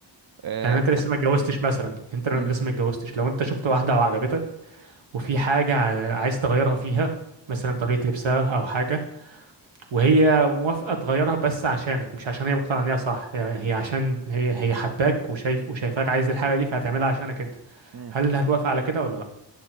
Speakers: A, on the right (about 55°); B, on the right (about 85°).
A: آه،
B: يعني انت لسه ما اتجوزتش مثلا انت لسه
A: امم
B: ما اتجوزتش لو انت شفت واحده وعجبتك وفي حاجه ع- عايز تغيرها فيها مثلا طريقه لبسها او حاجه وهي موافقه تغيرها بس عشانك مش عشان هي مقتنعه ان هي صح هي هي عشان هي هي حباك وشايف وشايفاك عايز الحاجه دي فهتعملها عشانك انت
A: امم
B: هل هتوافق على كده ولا لا